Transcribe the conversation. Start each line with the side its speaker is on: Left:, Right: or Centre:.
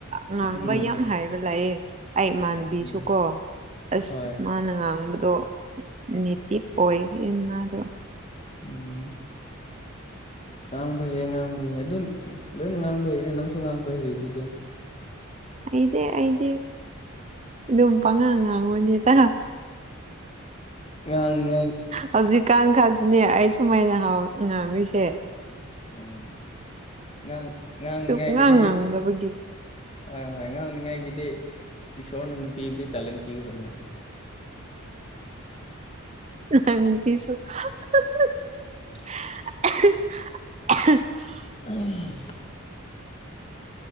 Right: ꯉꯥꯡꯕ
Left: ꯎꯝ
Right: ꯌꯥꯝ ꯍꯥꯏꯕ ꯂꯥꯛꯑꯦ ꯑꯩ ꯏꯃꯥꯟꯅꯕꯤꯁꯨꯀꯣ
Left: ꯎꯝ
Right: ꯑꯁ
Left: ꯍꯣꯏ
Right: ꯃꯥꯅ ꯉꯥꯡꯕꯗ ꯑꯣ ꯅꯇꯤꯞ ꯑꯣꯏꯃꯗꯣ
Left: ꯎꯝ ꯉꯥꯡꯕ ꯍꯌꯦ ꯉꯥꯡꯕꯍꯦ ꯑꯗꯨꯝ ꯂꯣꯏꯅ ꯉꯥꯡꯕ ꯍꯩꯅꯦ ꯅꯪꯁꯨ ꯉꯥꯡꯕ ꯍꯩꯔꯗꯨꯗꯤ
Right: ꯑꯩꯗꯤ ꯑꯩꯗꯤ ꯑꯗꯨꯝ ꯄꯉꯥꯡ ꯉꯥꯡꯕꯅꯤꯗ
Left: ꯉꯥꯡꯅꯤꯉꯥꯏ
Right: ꯍꯧꯖꯤꯛ ꯀꯥꯟ ꯈꯥꯛ ꯅꯦ ꯑꯩ ꯁꯨꯃꯥꯏꯅ ꯍꯥꯎ ꯉꯥꯡꯉꯤꯁꯦ
Left: ꯎꯝ ꯉꯥꯡ ꯉꯥꯡꯅꯤꯉꯥꯏꯒꯤꯗꯤ
Right: ꯁꯨꯝ ꯉꯥꯡ ꯉꯥꯡꯗꯕꯒꯤ
Left: ꯍꯣꯏ ꯍꯣꯏ ꯉꯥꯡꯅꯤꯉꯥꯏꯒꯤꯗꯤ ꯏꯁꯣꯔꯅ ꯅꯨꯄꯤꯕꯨꯗꯤ ꯇꯦꯂꯦꯟ ꯄꯤꯈ꯭ꯔꯕꯅꯤ ꯀꯩꯅꯣ
Right: ꯅꯪꯁꯤꯁꯨ <unintelligible> <unintelligible>
Left: <inaudible>